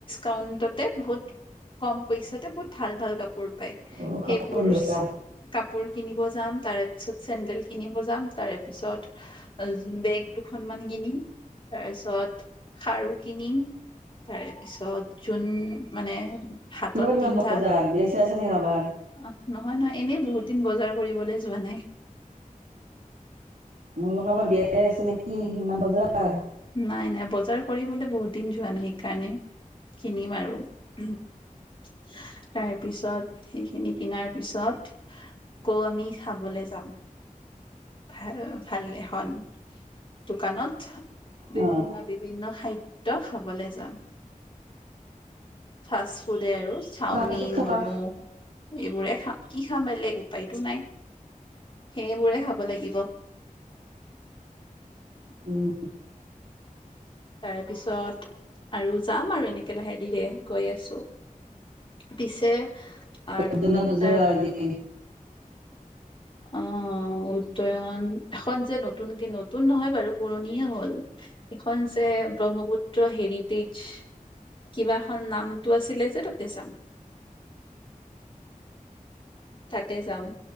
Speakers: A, on the left; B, on the right.
A: কাউন্ট্ৰে বহুত। কম পইচাতে বহুত ভাল ভাল কাপোৰ পায়। সেইবোৰ
B: অ কাপোৰ পিন্ধিবা
A: কাপোৰ কিনিব যাম তাৰে পিছত। চেডেল কিনিব যাম তাৰে পিছত বেগ দুখনমান কিনিম তাৰপিছত খাৰু কিনিম তাৰে পিছত যোন মানে। হাতত
B: কিহৰ
A: পিন্ধা
B: ইমান বজাৰ বেছ। চেচনি আভাৰ।
A: অ নহয় নহয় এনেই বহুত দিন বজাৰ কৰিবলৈ যোৱা নাই।
B: নলোকাবাৰ বিয় আছে নেকি ইমান বজাৰ।
A: নাই নাই বজাৰ কৰিবলৈ বহুত দিন যোৱা নাই সেইকাৰণে। কিনিম আৰু। তাৰ পিছত সেইখিনি কিনাৰ পিছত আকৌ আমি খাবলৈ যাম। ভাল ভাল এখনন দোকানত। বিভিন্ন
B: অ
A: বিভিন্ন খাই। খাবলৈ যাম ফাষ্ট ফুড। দে আৰু চাওমিন
B: ৰাজত খাবা
A: মম'। এইবোৰে খাম কি খাম বেলেগ উপায়তো নাই সেইবোৰে খাব। ল'ব লাগিব।
B: উম
A: তাৰে পিছত আৰু যাম আৰু এনেকে লাহে দিৰে গৈ আছো পিছে। আৰু
B: কদৰ ন তজ
A: তাৰ
B: আজি।
A: আহ উদ্ডয়ন এখন যে নতুনক নতুন নহয় বাৰু পুৰণিয় হল এইখন যে ব্ৰহ্মপুত্ৰ হেৰিটেজ কিবা এখন নামটো আছিলে যে তাতে ৰাম। তাতে যাম